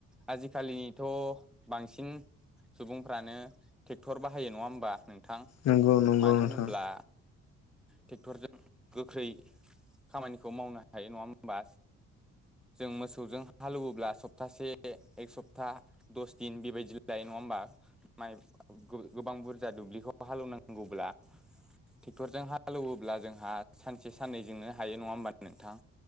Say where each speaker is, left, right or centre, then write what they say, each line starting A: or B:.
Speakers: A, in the centre; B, on the left.
A: आजिखालिथ' बांसिन सुबुंफ्रानो टेक्थर बाहायो नङा होमबा नोंथां।
B: नंगौ नंगौ
A: मानो
B: नोंथां
A: होनोब्ला टेक्थरजों गोख्रै खामानिखौ मावनो हायो नङा होमबा। जों मोसौजों हालौवोब्ला सप्तासे एक सप्ता दस दिन बेबायदि जायो नङा होमबा माइ गो-गोबां बुरजा दुब्लिखौ हालौवनांगौब्ला टेक्थरजों हालौवोब्ला जोंहा सानसे साननैजोंनो हायो नङा होमबा नोंथां।